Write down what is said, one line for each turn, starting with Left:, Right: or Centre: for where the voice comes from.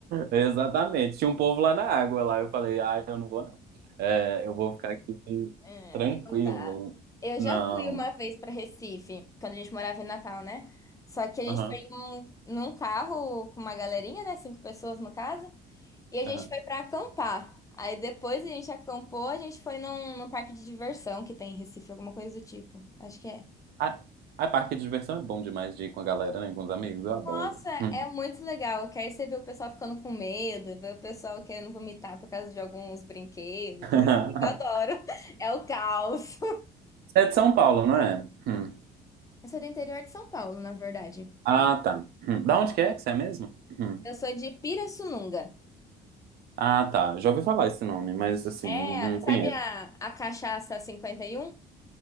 Right: exatamente. Tinha um povo lá na água lá. Eu falei, ah, eu não vou não. É, eu vou ficar aqui
Left: É,
Right: tranquilo.
Left: não dá. Eu
Right: Não.
Left: já fui uma vez para Recife, quando a gente morava em Natal, né? Só que a gente
Right: Aham,
Left: foi num, num carro com uma galerinha, né? Cinco pessoas no caso. E a gente
Right: aham.
Left: foi para acampar. Aí depois a gente acampou, a gente foi num, num parque de diversão que tem em Recife, alguma coisa do tipo. Acho que é.
Right: Ah, a parque de diversão é bom demais de ir com a galera, né? Com os amigos, eu adoro.
Left: Nossa,
Right: Hum.
Left: é muito legal. Que aí você vê o pessoal ficando com medo, vê o pessoal querendo vomitar por causa de alguns brinquedos.
Right: <laughs>
Left: Nossa, eu adoro. <laughs> É o caos.
Right: Você é de São Paulo, não é? Hum.
Left: Eu sou do interior de São Paulo, na verdade.
Right: Ah, tá. Hum. Da onde que é que você é mesmo? Hum.
Left: Eu sou de Pirassununga.
Right: Ah, tá. Já ouvi falar esse nome, mas assim,
Left: É,
Right: não, não conheço.
Left: sabe a, a cachaça 51?